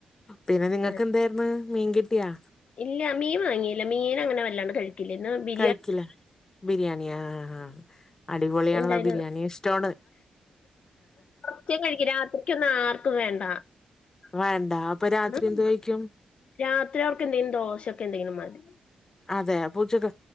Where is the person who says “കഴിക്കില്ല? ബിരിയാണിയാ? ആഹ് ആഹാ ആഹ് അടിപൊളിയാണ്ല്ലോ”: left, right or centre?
Left